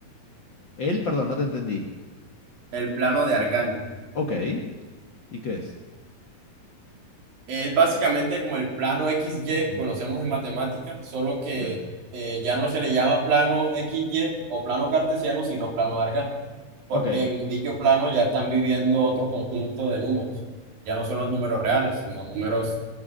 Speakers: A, on the left (about 50°); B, on the right (about 85°).
A: Él, perdón, no te entendí.
B: El plano de Argand.
A: Ok, ¿y qué es?
B: Es básicamente como el plano XY que conocemos en matemática, solo que
A: Sí.
B: eh, ya no se le llama plano x y o plano cartesiano, sino plano Argand, porque
A: Ok.
B: en dicho plano ya están viviendo otro conjunto de números. Ya no son los números reales, sino números